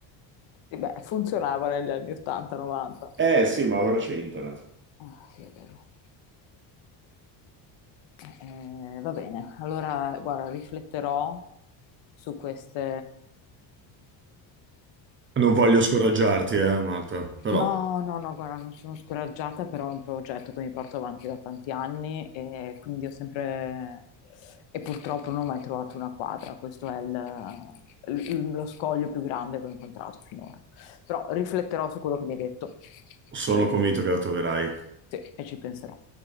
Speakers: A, on the left (about 65°); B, on the right (about 25°).
A: Sì, beh, funzionava negli anni 80-90.
B: Eh sì, ma ora c'è internet.
A: Ah, sì, è vero. Eh, va bene, allora guarda, rifletterò su queste,
B: Non voglio scoraggiarti, eh, Marta, però
A: No, no, no, guarda, non sono scoraggiata, però è un progetto che mi porto avanti da tanti anni e quindi ho sempre... e purtroppo non ho mai trovato una quadra, questo è il- il- lo scoglio più grande che ho incontrato finora. Però rifletterò su quello che mi hai detto
B: sono
A: e,
B: convinto che la troverai,
A: sì, e ci penserò.